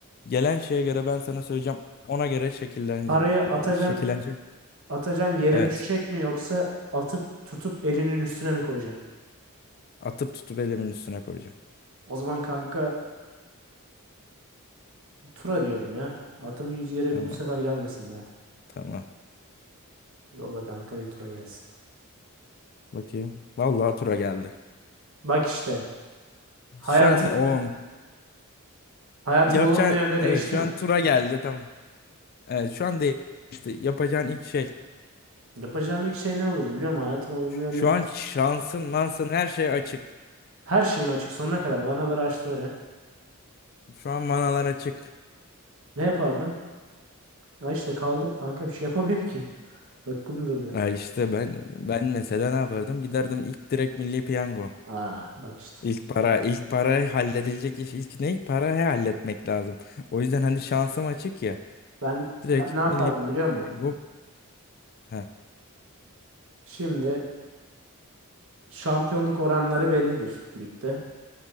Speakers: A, on the left (about 45°); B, on the right (about 65°).
A: Gelen şeye göre ben sana söyleyeceğim. Ona göre şekillenecek.
B: Parayı atacan
A: Şekillenecek.
B: atacan yere
A: Evet.
B: düşecek mi yoksa atıp tutup elinin üstüne mi koyacaksın?
A: Atıp tutup elimin üstüne koyacağım.
B: O zaman kanka tura diyorum ya. Atımın yüzü yere
A: Tamam.
B: bu sefer gelmesin be.
A: Tamam.
B: Yolla kanka bir tura gelsin.
A: Bakayım. Vallahi tura geldi.
B: Bak işte hayatım
A: Şu an o
B: hayatım
A: yapacağın
B: olumlu yönde
A: evet
B: değişti
A: şu
B: mi?
A: an tura geldi tamam. Evet şu an değişti. Yapacağın ilk şey.
B: Yapacağım ilk şey ne olurdu biliyor musun? Hayatım olumlu yönde
A: Şu an şansın, mansın her şey açık.
B: Her şeyim açık sonuna kadar. Vanaları açtılar ha.
A: Şu an manalar açık.
B: Ne yapardım? Ha işte kaldım kanka bir şey yapamıyorum ki. Aklım durdu.
A: Ha işte ben ben mesela ne yapardım? Giderdim ilk direkt Milli Piyango.
B: Aa bak işte.
A: İlk para, ilk para halledilecek iş ilk ne? Parayı halletmek lazım. O yüzden hani şansım açık ya.
B: Ben
A: Direkt
B: ben ne yapardım
A: Milli
B: biliyor musun?
A: Piyango ha
B: Şimdi şampiyonluk oranları bellidir ligde.